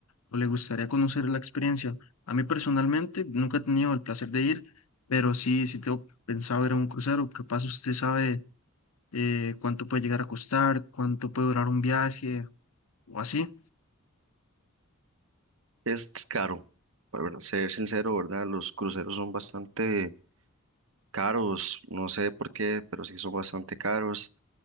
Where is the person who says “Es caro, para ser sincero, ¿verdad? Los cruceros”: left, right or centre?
Right